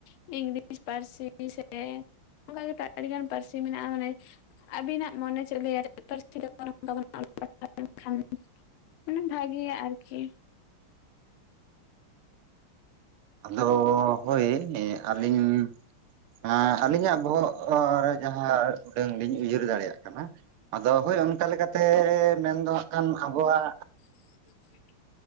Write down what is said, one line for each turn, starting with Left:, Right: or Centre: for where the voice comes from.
Left: ᱤᱝᱞᱤᱥ ᱯᱟᱹᱨᱥᱤ ᱥᱮ ᱚᱱᱠᱟ ᱜᱮ ᱟᱹᱰᱤᱜᱟᱱ ᱯᱟᱹᱨᱥᱤ ᱢᱮᱱᱟᱜᱼᱟ ᱢᱟᱱᱮ ᱟᱹᱵᱤᱱᱟᱜ ᱢᱚᱱᱮ ᱪᱮᱫ ᱞᱟᱹᱭᱟ <unintelligible> ᱢᱟᱱᱮ ᱵᱷᱟᱜᱤᱭᱟ ᱟᱨᱠᱤ᱾
Right: ᱟᱫᱚ ᱦᱳᱭ ᱱᱤᱭᱮ ᱟᱹᱞᱤᱧ ᱦᱮᱸ ᱟᱹᱞᱤᱧᱟᱜ ᱵᱚᱦᱚᱜ ᱨᱮ ᱡᱟᱦᱟᱸ ᱩᱰᱟᱹᱝ ᱞᱤᱧ ᱩᱭᱦᱟᱹᱨ ᱫᱟᱲᱮᱭᱟᱜ ᱠᱟᱱᱟ ᱟᱫᱚ ᱦᱳᱭ ᱚᱱᱠᱟ ᱞᱮᱠᱟᱛᱮ ᱢᱮᱱᱫᱚ ᱦᱟᱸᱜ ᱠᱷᱟᱱ ᱟᱵᱚᱣᱟᱜ
Left: <inaudible>